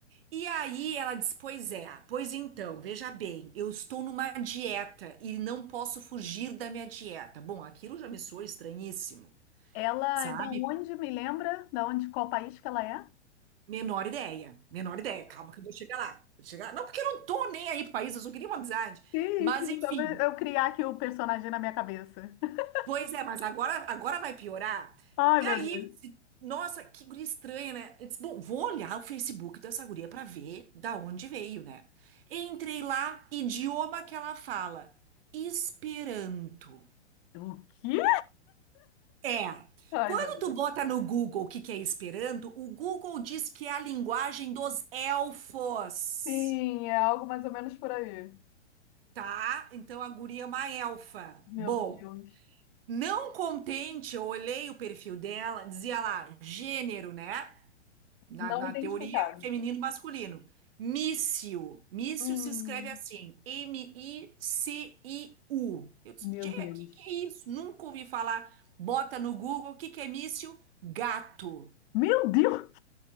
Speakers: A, on the right; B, on the left.
A: E aí ela diz: Pois é, pois então, veja bem, eu estou numa dieta e não posso fugir da minha dieta. Bom, aquilo já me soa estranhíssimo,
B: Ela
A: sabe?
B: é da onde, me lembra? Da onde, qual país que ela é?
A: Menor ideia, menor ideia. Calma que eu vou chegar lá. Vou chegar... Não, porque eu não tô nem aí pro país, eu só queria uma amizade.
B: Sim,
A: Mas
B: sim,
A: enfim.
B: só pra eu criar aqui o personagem na minha cabeça. <laughs>
A: Pois é, mas agora, agora vai piorar.
B: Ai,
A: E
B: meu
A: aí,
B: Deus.
A: eu disse, nossa, que guria estranha, né? Eu disse, bom, vou olhar o Facebook dessa guria pra ver da onde veio, né? Entrei lá, idioma que ela fala, Esperanto.
B: O quê?
A: É.
B: Ai,
A: Quando
B: meu Deus.
A: tu bota no Google o que que é Esperanto, o Google diz que é a linguagem dos elfos,
B: Sim, é algo mais ou menos por aí.
A: tá? Então a guria é uma elfa.
B: Meu
A: Bom,
B: Deus.
A: não contente, eu olhei o perfil dela, dizia lá, gênero, né? Na,
B: Não
A: na
B: identificado.
A: teoria, feminino e masculino. Mício. Mício
B: Hum,
A: se escreve assim: M-I-C-I-U. Eu disse,
B: meu
A: tchê,
B: Deus.
A: que que é isso? Nunca ouvi falar. Bota no Google, o que que é mício? Gato.
B: Meu Deus!